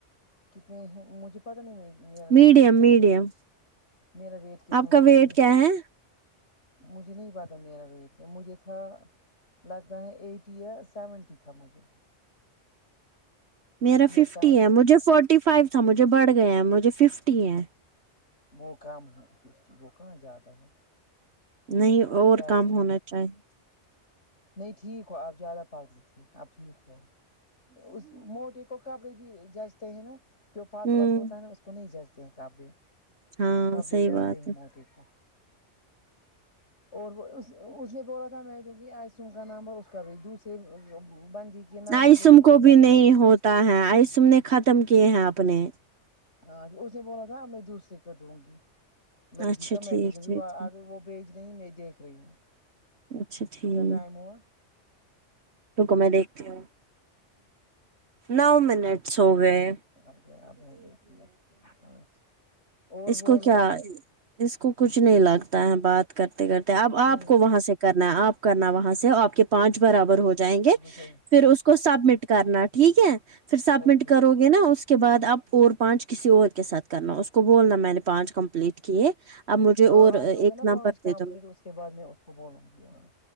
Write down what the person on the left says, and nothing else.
کتنے مجھے پتا نہیں میری میرا ویٹ
کتنا
ہے میرا ویٹ کتنا
ہے
مجھے
نہیں
پاتا
مجھے نہیں پاتا میرا ویٹ کیا مجھے تھا لگتا ہے ایٹی یا سیونٹی تھا مجھے
ایٹی یا
سیونٹی
وہ کم ہے ففٹی وہ کہاں زیادہ ہے
زیادہ
نہیں
ہے
نہیں ٹھیک ہو آپ زیادہ پتلی ھی آپ ٹھیک ہو اس موٹے کو کپڑے بھی جچتے ہیں نا جو پاتلا
ہوتا ہے نا اس کو نہیں جج کپڑے آپ
ایک آپ
ڈی جاتے
ہیں
مودی کو اور اس اس نے بولا تھا میں دوں گی آسم کا نام پر اس کا بھی دوسرے بندی کے نمبر
دوں گی
اس کا
ہاں اس نے بولا تھا میں دوسرے کو دوں گی لڑکی
کا میں
بھی جو
اگر وہ بھیج رہی میں دیکھ رہی ہوں
کتنا ٹائم ہوا
آگیا آپ کا ایک منٹ اچھا اور
بولو
نہیں
نہیں
ہو جائے
ٹھیک
ہے
اوکے
ہاں
آج
ہوگا نا
پانچ
کمپلیٹ
اس کے بعد میں اس کو بولوں گی ہاں